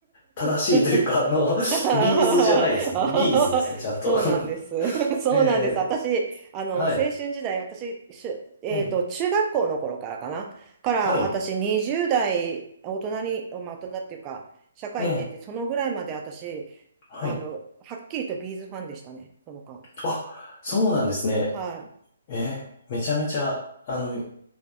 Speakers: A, on the left; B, on the right.
A: 正しいというか、
B: <laughs> <laughs>
A: あの、
B: あーあーそうなんです。
A: <laughs> ビーズじゃないですもんね。ビーズですね、ちゃんと。<laughs>
B: <laughs> そうなんです。
A: え
B: 私、あの、
A: えはい。
B: 青春時代、私、しゅ、えっと、
A: ええ
B: 中学校の頃からかな。から、
A: はい。
B: 私、20代、大人に、まあ、大人っていうか、社会に出て、
A: ええ
B: そのぐらいまで私、
A: はい。
B: あの、はっきりとビーズファンでしたね、その間。
A: あ、そうなんですね。
B: はい。
A: え、めちゃめちゃ、あの、あの